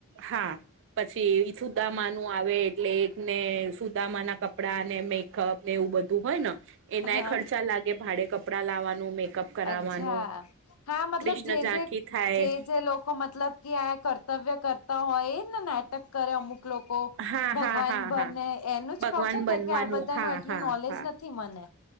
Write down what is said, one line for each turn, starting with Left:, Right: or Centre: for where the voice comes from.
Right: હા. પછી સુદામા નું આવે, એટલે એકને સુદામા ના કપડા ને મેકઅપ ને એવું બધું હોય ને, એનાય
Left: હા
Right: ખર્ચા લાગે. ભાડે કપડાં લાવવાનું, મેકઅપ કરાવવાનું
Left: અચ્છા, હા. મતલબ
Right: કૃષ્ણ
Left: જે-જે,
Right: ઝાંખી થાય
Left: જે-જે લોકો, મતલબ કે આ કર્તવ્ય કરતા હોય, એ ને નાટક કરે, અમુક લોકો
Right: હા
Left: ભગવાન
Right: હા હા
Left: બને,
Right: હા
Left: એનું
Right: ભગવાન
Left: જ કહો છો?
Right: બનવાનું
Left: કે કે આ બધાનું
Right: હા
Left: એટલું
Right: હા
Left: નોલેજ
Right: હા
Left: નથી. કે મને